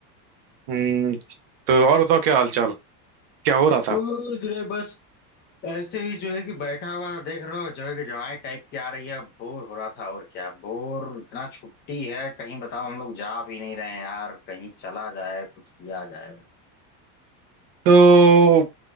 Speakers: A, on the right (about 40°); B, on the left (about 20°).
A: हम्म, तो और बताओ क्या हाल चाल क्या हो रहा था
B: कुछ नहीं बस ऐसे ही जो है कि बैठा हुआ था देख रहे हो जो है कि जवाई टाइप की आ रही है बोर हो रहा था और क्या बोर इतना छुट्टी है कहीं बताओ हम लोग जा भी नहीं रहे हैं यार कहीं चला जाए कुछ किया जाए
A: तो